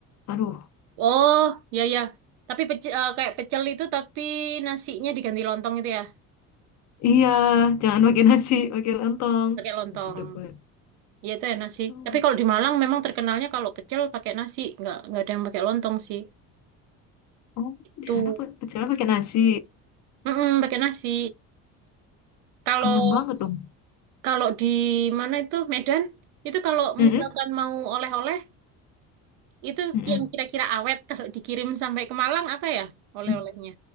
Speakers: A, on the left (about 50°); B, on the right (about 80°).
A: Aduh
B: Oh, ya ya. Tapi pecel, kayak pecel itu tapi nasinya diganti lontong itu ya.
A: iya jangan pakai nasi pakai lontong.
B: Pakai lontong.
A: Nah, sedep banget.
B: Iya itu enak sih.
A: Aduh.
B: Tapi kalau di Malang memang terkenalnya kalau pecel pakai nasi, nggak nggak ada yang pakai lontong sih.
A: Oh
B: Itu,
A: di sana pe- pecelnya pakai nasi
B: mm pakai nasi. Kalau
A: kenyang banget dong.
B: kalau di mana itu Medan, itu kalau
A: Mm-mm,
B: misalkan mau oleh-oleh, itu
A: mm-mm.
B: yang kira-kira awet kalau dikirim sampai ke Malang apa ya oleh-olehnya?
A: <laughs>